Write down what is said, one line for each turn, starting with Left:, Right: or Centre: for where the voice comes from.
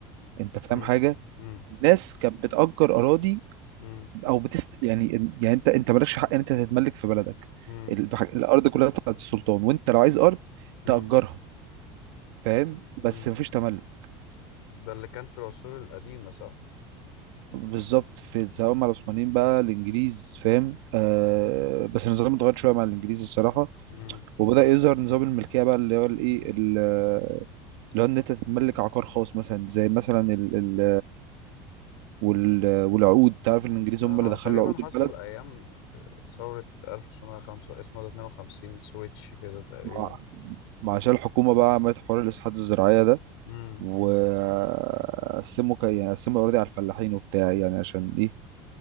Right: انت فاهم
Left: امم
Right: حاجة
Left: امم
Right: الناس كانت بتأجر أراضي
Left: امم
Right: أو بتست يعني يعني أنت أنت مالكش حق إن أنت تتملك في بلدك
Left: امم
Right: ال- في حاج- الأرض كلها بتاعت السلطان وأنت لو عايز أرض
Left: امم
Right: تأجرها فاهم بس
Left: امم
Right: مفيش تملك
Left: ده اللي كان في العصور القديمة صح
Right: بالظبط في سواء مع العثمانيين بقى الإنجليز فاهم آه بس النظام اتغير شوية مع الإنجليز الصراحة
Left: امم
Right: وبدأ يظهر نظام الملكية بقى اللي هو الإيه ال- اللي هو إن أنت تتملك عقار خاص مثلا زي مثلا ال ال وال- والعقود تعرف الإنجليز هم
Left: انا
Right: اللي دخلوا
Left: تقريبا
Right: عقود
Left: حصل
Right: البلد
Left: ايام آه، ثورة 1905 اسمه ده 52 سويتش كده تقريبا
Right: مع مع عشان الحكومة بقى عملت حوار الإصلاحات الزراعية ده
Left: امم
Right: وقسموا ك... يعني قسموا الأراضي على الفلاحين وبتاع يعني عشان إيه